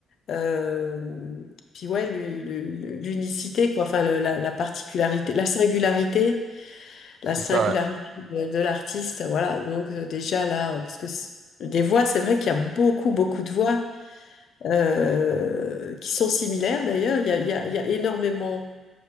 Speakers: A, on the left; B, on the right.
A: Euh, puis ouais, l'u- l'u- l'unicité quoi, enfin le- la, la particularité, la singularité la
B: C'est
A: singularité
B: ça, ouais.
A: de, de l'artiste, voilà. Donc euh, déjà là, parce que c- des voix, c'est vrai qu'il y a beaucoup, beaucoup de voix euh, qui sont similaires d'ailleurs. Il y a, il y a, il y a énormément